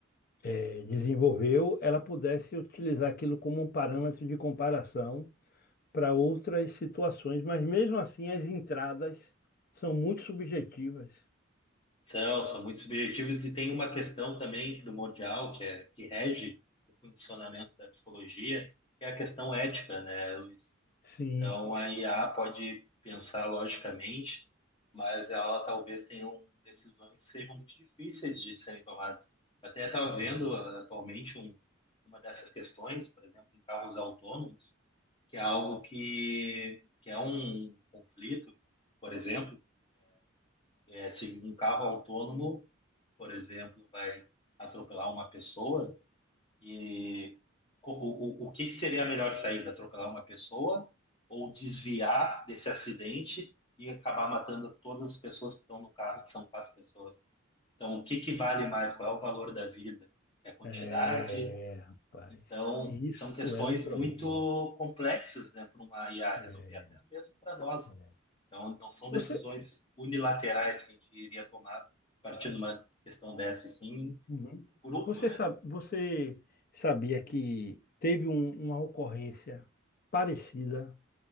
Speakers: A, on the left; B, on the left.
A: eh, eh, desenvolveu, ela pudesse utilizar aquilo como um parâmetro de comparação para outras situações, mas mesmo assim as entradas são muito subjetivas.
B: São, são muito subjetivos e tem uma questão também primordial que é que rege o funcionamento da psicologia, que é a questão ética, né, Luiz?
A: Sim.
B: Então a IA pode pensar logicamente, mas ela talvez tenha um- decisões que sejam muito difíceis de serem tomadas. Até estava
A: É,
B: vendo ah, atualmente um, uma dessas questões, por exemplo, em carros autônomos, que é algo que, que é um conflito, por exemplo é, se um carro autônomo, por exemplo, vai atropelar uma pessoa, e o, o, o o que que seria a melhor saída? Atropelar uma pessoa ou desviar desse acidente e acabar matando todas as pessoas que estão no carro, que são quatro pessoas? Então, o que que vale mais? Qual é o valor da vida? É a quantidade?
A: é, rapaz,
B: Então,
A: isso
B: são questões
A: é um problema.
B: muito complexas, né, para uma IA
A: É,
B: resolver, até mesmo para nós,
A: é.
B: né? Então, não são decisões
A: Você,
B: unilaterais que a gente iria tomar a partir de uma questão dessa, e sim,
A: Uhum.
B: um grupo,
A: Você
B: né?
A: sabe, você sabia que teve um- uma ocorrência parecida